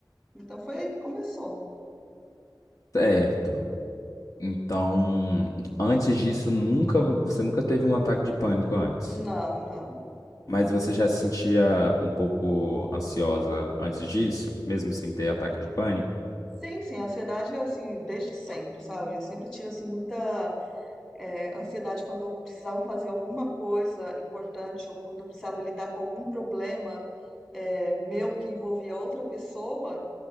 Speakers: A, in the centre; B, on the left (about 45°).
A: Então foi aí que começou.
B: Certo. Então, antes disso, nunca, você nunca teve um ataque de pânico antes.
A: Não, não.
B: Mas você já se sentia um pouco ansiosa antes disso, mesmo sem ter ataque de pânico?
A: Sim, sim, a ansiedade é assim, desde sempre, sabe? Eu sempre tive assim muita é, ansiedade quando eu precisava fazer alguma coisa importante ou quando eu precisava lidar com algum problema é, meu que envolvia outra pessoa.